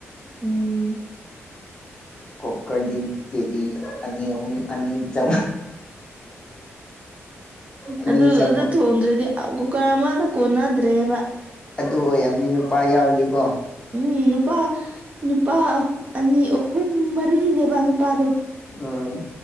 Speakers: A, on the right; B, on the left.
A: ꯎꯝ
B: ꯀꯣꯀꯔ ꯗꯤ ꯀꯦꯖꯤ ꯑꯅꯤ ꯑꯍꯨꯝ ꯑꯅꯤ ꯆꯝ ꯑꯅꯤ
A: ꯑꯗꯨ
B: ꯆꯪꯉꯨ
A: ꯑꯗꯨ ꯊꯣꯡꯗ꯭ꯔꯗꯤ ꯀꯨꯀꯔ ꯑꯃꯅ ꯀꯣꯟꯅꯗ꯭ꯔꯦꯕ
B: ꯑꯗꯨ ꯑꯣꯏꯔꯝꯅꯤ ꯅꯨꯄꯥ ꯌꯥꯎꯔꯗꯤꯀꯣ
A: ꯎꯝ ꯅꯨꯄꯥ ꯅꯨꯄꯥ ꯑꯅꯤ ꯑꯍꯨꯝ ꯃꯔꯤꯅꯦꯕ ꯅꯨꯄꯥꯗꯣ
B: ꯎꯝ